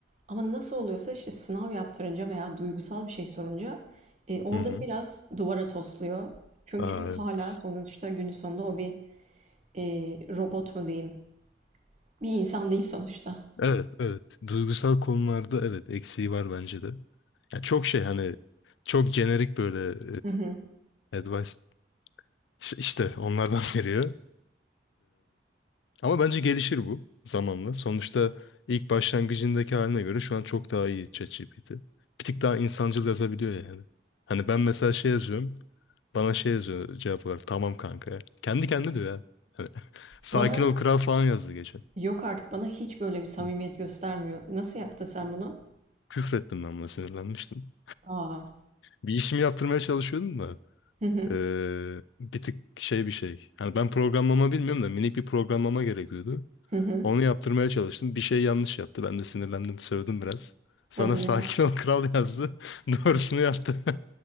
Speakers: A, on the right; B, on the left.
A: Ama nasıl oluyorsa işte sınav yaptırınca veya duygusal bir şey sorunca e, orada
B: Hı hı.
A: biraz duvara tosluyor. Çünkü
B: Aa,
A: hala
B: evet.
A: sonuçta günün sonunda o bir e, robot mu diyeyim Bir insan değil sonuçta.
B: Evet, evet. Duygusal konularda evet eksiği var bence de. Ya çok şey hani çok jenerik böyle
A: Hı hı.
B: e, advice ş- işte onlardan <laughs> veriyor. Ama bence gelişir bu zamanla. Sonuçta ilk başlangıcındaki haline göre şu an çok daha iyi ChatGPT. Bir tık daha insancıl yazabiliyor yani. Hani ben mesela şey yazıyorum. Bana şey yazıyor cevap olarak. Tamam kanka. Kendi kendine diyor ya. Hani, <laughs> sakin
A: Bana
B: ol kral falan yazdı geçen.
A: yok artık bana hiç böyle bir samimiyet
B: Hı.
A: göstermiyor. Nasıl yaptın sen bunu?
B: Küfrettim ben buna sinirlenmiştim.
A: Aa.
B: Bir işimi yaptırmaya çalışıyordum da.
A: Hı hı.
B: Ee, bir tık şey bir şey. Hani ben programlama bilmiyorum da minik bir programlama gerekiyordu.
A: Hı hı.
B: Onu yaptırmaya çalıştım. Bir şey yanlış yaptı. Ben de sinirlendim, sövdüm biraz. Sonra
A: Hadi
B: <laughs> sakin
A: ya.
B: ol kral yazdı. <laughs> Doğrusunu yaptı.